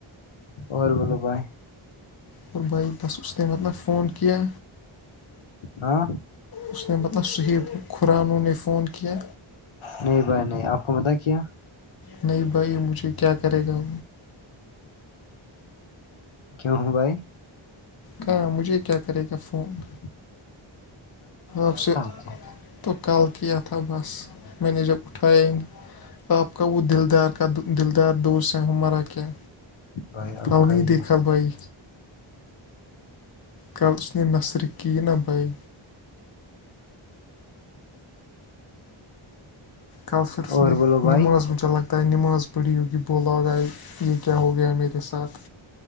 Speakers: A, on the left; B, on the left.
A: اورہر بولو بائے
B: اور بھائی بس نے مطلب فون کیا
A: ہاں
B: اس نے مطلب صحیح کران نے فون کیا
A: نہیں بائی نہیں آپ کو مت کیا
B: نہیں بھائی مجھے کیا کرے گا
A: کیوں بھائی
B: کہاں مجھے کیا کرے گا فون
A: عن
B: آپ سے
A: کو
B: تو کال کیا تھا بس میں نے جب اٹھایا ہی نہیں تو آپ کا وہ دلدار کا دل دار دوست ہے ہمارا کیا
A: بھائی آپ
B: کاؤ
A: کا
B: نہیں
A: ہی دوست
B: دیکھا بھائی کل اس نے نثر کی نہ بھائی کل پھر اس
A: اور
B: میں
A: بولو
B: نماز
A: بھائی
B: مجھ لگتا ہے نماز پڑی ہوگی بولا ہوگا یہ کیا ہو گیا میر ساتھ